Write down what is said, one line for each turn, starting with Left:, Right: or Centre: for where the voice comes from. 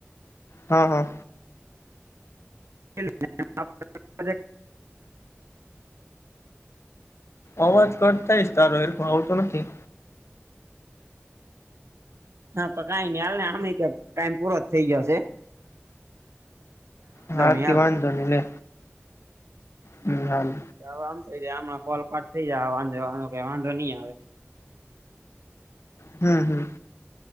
Left: હા હા.
Right: <inaudible>
Left: અવાજ કટ થાય શે તારો એર આવતો નથી.
Right: હા તો કાઈ ની આલ ની આમેય તે ટાઈમ પૂરો જ થઈ ગીયો શે
Left: હા
Right: નઈ હાલ
Left: તી વાંધો નઇ લે હમ હાલ.
Right: હવે આમ થઈ જા આમાં કોલ કટ થઈ જાહે વાંધો કે વાંધો કઈ વાંધો નઈ આવે.
Left: હું હું.